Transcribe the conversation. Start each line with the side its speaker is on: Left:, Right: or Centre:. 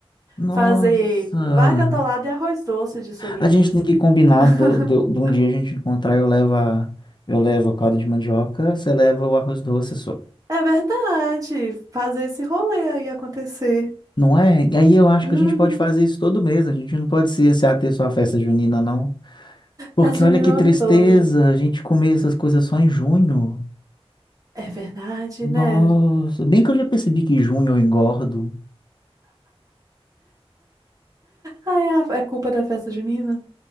Left: Nossa.
Right: fazer vaca atolada e arroz doce de sobremesa.
Left: A gente tem que combinar
Right: <laughs>
Left: do, do, de um dia a gente encontrar, eu levo a, eu levo o caldo de mandioca, você leva o arroz doce só.
Right: É verdade, fazer esse rolê aí acontecer.
Left: Não é? E aí eu acho
Right: Uhum.
Left: que a gente pode fazer isso todo mês, a gente não pode se, se ater só à festa junina, não. Porque
Right: Festa junina
Left: olha que
Right: o
Left: tristeza,
Right: ano todo.
Left: a gente comer essas coisas só em junho.
Right: É verdade,
Left: Nossa,
Right: né?
Left: bem que eu já percebi que junho eu engordo.
Right: Ai, é é culpa da festa junina.